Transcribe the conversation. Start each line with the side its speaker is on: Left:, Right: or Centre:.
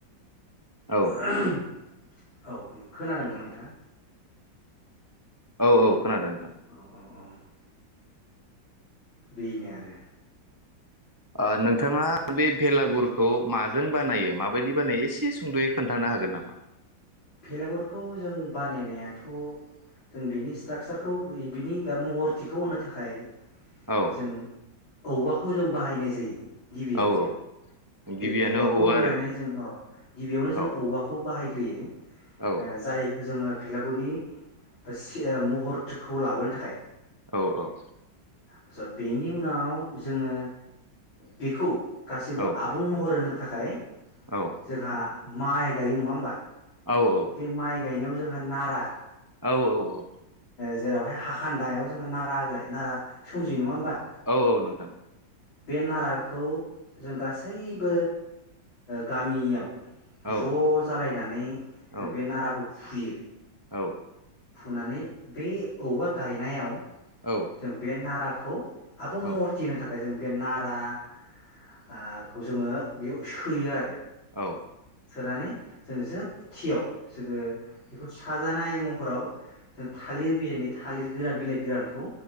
Right: औ
Left: <unintelligible> औ खोनादोंमोन नोंथां?
Right: औ औ।
Left: औ
Right: खोनादों नोंथां
Left: औ औ बेनो आरो।
Right: औ नोंथाङा बे बेलागुरखौ माजों बानायो? माबायदि बानायो? एसे सुंद'यै खोन्थानो हागोन नामा?
Left: भलागुरखौ जों बानायनायाथ' जों बेनि स्ट्राकचारखौ बिनि बा महरथिखौ होनो थाखाय।
Right: औ
Left: जों। औवाखौ जों बाहायनाय जायो। गिबियाव
Right: औ औ गिबियानो
Left: बे औवाखौ
Right: औवा
Left: होनानै जों औ गिबियावनो
Right: आरो
Left: जों औवाखौ बाहाय होयो
Right: औ
Left: जायखौ जोङो भेलागुरनि बा महरखौ लाबोनो थाखाय।
Right: औ औ।
Left: आटसा बेनि उनाव जोङो बेखौ गासैबो
Right: औ
Left: आबुं महर होनो थाखाय। खाय।
Right: औ
Left: जोंहा। माइ गायो नङा होमबा?
Right: औ औ।
Left: बे माइ गायनायाव जोंहा नारा
Right: औ औ औ।
Left: जेरावहाय हाखानदायाव जोङो नारा आग्लाय नारा सोमजियो नङा होमबा?
Right: औ औ नोंथां।
Left: बे नाराखौ जों गासैबो गामियाव
Right: औ
Left: ज' जालायनानै जों
Right: औ
Left: बे नाराखौ फुयो
Right: औ
Left: फुनानै बे औबा गायनायाव
Right: औ
Left: जों बे नाराख खौ आबुं
Right: औ
Left: महरथिनो थां फाय जों बे नारा आ‌ खौ जोङो बेयाव सोयो आरो।
Right: औ
Left: सोनानै जों जोबथियाव जोङो बेखौ साजानाय म फोराव थालिर बिलाइनि थालिर गोरान बिलाइ गोरानखौ